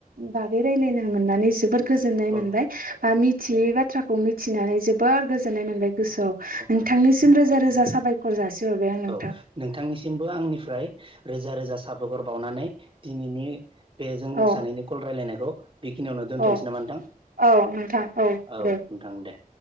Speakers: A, on the right; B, on the right.
A: बागै रायलायनो मोननानै जोबोर गोजोननाय
B: औ
A: मोनबाय बा मिथियै बाथ्राखौ मिथिनानै जोबोर गोजोननाय मोनबाय। गोसोआव
B: औ
A: नोंथांनिसिम रोजा रोजा साबायखर जासिहरबाय आं नोंथां।
B: औ नोंथांनिसिमबो आंनिफ्राय रोजा रोजा साबायखर बावनानै दिनैनि बे जों
A: औ
B: सानैनि कल रायजलायनायखौ बेखिनियावनो दोनथ'नोसै
A: औ
B: नामा नोंथां?
A: औ नोंथां औ।
B: औ
A: दे
B: नोंथां दे